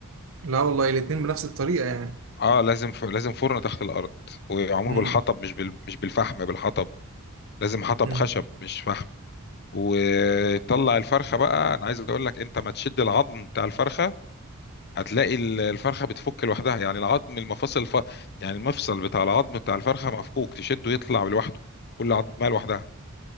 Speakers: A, on the right; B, on the left.
A: لا والله الاتنين بنفس الطريقة يعني
B: اه لازم ف... لازم فرن تحت الارض ومعمول
A: امم
B: بالحطب مش بال... مش بالفحم بالحطب لازم حطب
A: امم
B: خشب مش فحم وطلع الفرخه بقى انا عايز اقول لك انت ما تشد العظم بتاع الفرخه هتلاقي ال- الفرخه بتفك لوحدها يعني العظم المفاصل الف... يعني المفصل بتاع العظم بتاع الفرخه مفكوك تشده يطلع لوحده كل عظمه لوحدها